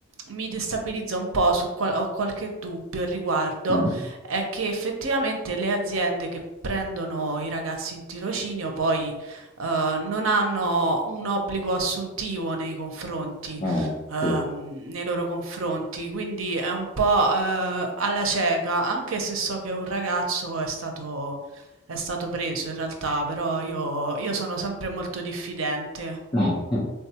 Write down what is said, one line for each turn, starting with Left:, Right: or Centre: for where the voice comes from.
Right: mi destabilizza un po', su qual- ho qualche dubbio al riguardo,
Left: Mm.
Right: è che effettivamente le aziende che prendono i ragazzi in tirocinio poi eh, non hanno un obbligo assuntivo nei confronti,
Left: Ah,
Right: ehm,
Left: sì.
Right: nei loro confronti, quindi è un po' eh, alla cieca, anche se so che un ragazzo è stato è stato preso in realtà, però io io sono sempre molto diffidente.
Left: <laughs>